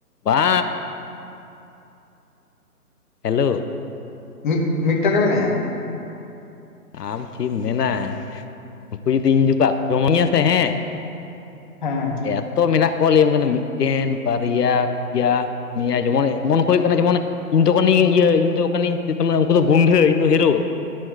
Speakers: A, on the left; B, on the left.
A: ᱵᱟ ᱦᱮᱞᱳ?
B: ᱢᱤᱫ ᱢᱤᱫᱴᱟᱝ ᱜᱮ
A: ᱟᱢ ᱛᱷᱤᱢ ᱢᱮᱱᱟ ᱱᱩᱠᱩ ᱡᱩᱫᱤ ᱤᱧ ᱠᱚ ᱟᱠᱠᱨᱚᱢᱚᱱᱤᱧᱟ ᱥᱮ ᱦᱮᱸ
B: ᱦᱮᱸ᱾
A: ᱮᱛᱚ ᱢᱮᱱᱟᱜ ᱠᱚᱣᱟ ᱞᱟᱹᱭᱟᱢ ᱠᱟᱱᱟ ᱢᱤᱫᱴᱮᱱ, ᱵᱟᱨᱭᱟ, ᱯᱮᱭᱟ, ᱯᱩᱱᱭᱟ ᱡᱮᱢᱚᱱ ᱮᱢᱚᱱ ᱦᱩᱭᱩᱜ ᱠᱟᱱᱟ᱾ ᱡᱮᱢᱚᱱ ᱤᱧ ᱫᱚ ᱠᱟᱹᱱᱟᱧ ᱤᱭᱟᱹ ᱤᱧ ᱫᱚ ᱠᱟᱱᱤᱧ ᱩᱱᱠᱩ ᱫᱚ ᱜᱩᱱᱰᱷᱟᱹ ᱤᱧ ᱫᱚ ᱦᱤᱨᱚ᱾